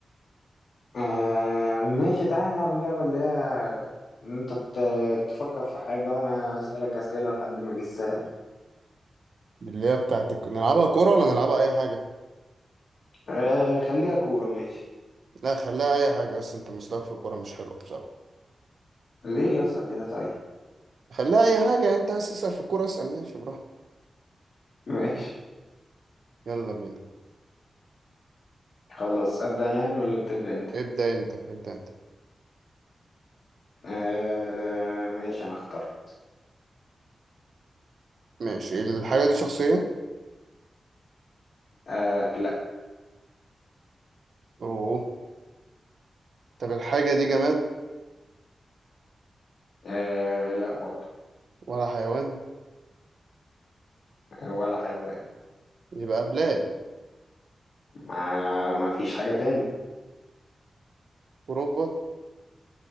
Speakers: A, on the left (about 80°); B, on the right (about 75°).
A: آه ماشي تعالى نلعب اللعبه اللي هي انت بت- تفكر في حاجه وانا اسالك اسئله لحد ما اجسها دي
B: اللي هي بتاعت الك- نلعبها كوره ولا نلعبها اي حاجه
A: آه خليها كوره ماشي
B: لا خليها اي حاجه بس انت مستواك في الكوره مش حلو بصراحه
A: ليه يا اسطى كده طيب
B: خليها اي حاجه يعني انت عايز تسال في الكوره اسال ماشي براحتك
A: ماشي
B: يلا بينا
A: خلاص ابدا انا يعني ولا انت تبدا انت
B: ابدا انت ابدا انت
A: آه ماشي انا اخترت
B: ماشي الحاجه دي شخصيه
A: آه لا
B: اوه طب الحاجة دي جماد
A: آه لا برضو
B: ولا حيوان
A: آه، ولا حيوان
B: يبقى بلاد
A: ما ما فيش حاجه تاني
B: أوروبا